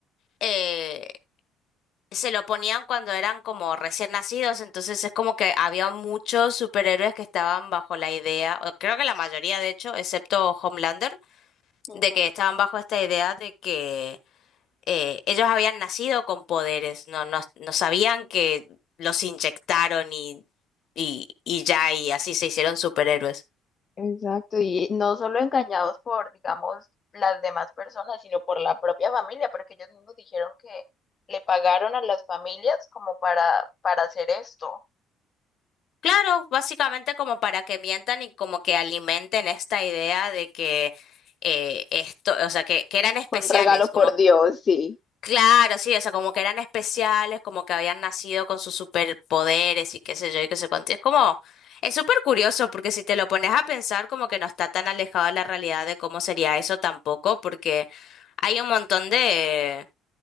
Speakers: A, on the left (about 60°); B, on the left (about 40°).
A: eh, se lo ponían cuando eran como recién nacidos, entonces es como que había muchos superhéroes que estaban bajo la idea, o creo que la mayoría de hecho, excepto Homelander,
B: Ujú.
A: de que estaban bajo esta idea de que eh, ellos habían nacido con poderes, no, no, no sabían que los inyectaron y, y, y ya, y así se hicieron superhéroes.
B: Exacto, y no solo engañados por, digamos, las demás personas, sino por la propia familia, porque ellos mismos dijeron que le pagaron a las familias como para, para hacer esto.
A: Claro, básicamente como para que mientan y como que alimenten esta idea de que eh, esto, o sea, que, que eran especiales,
B: Fue un regalo
A: como
B: por Dios, sí.
A: Claro, sí, o sea, como que eran especiales, como que habían nacido con sus superpoderes y qué sé yo y qué sé cuánto. Y es como, es súper curioso porque si te lo pones a pensar, como que no está tan alejado de la realidad de cómo sería eso tampoco, porque hay un montón de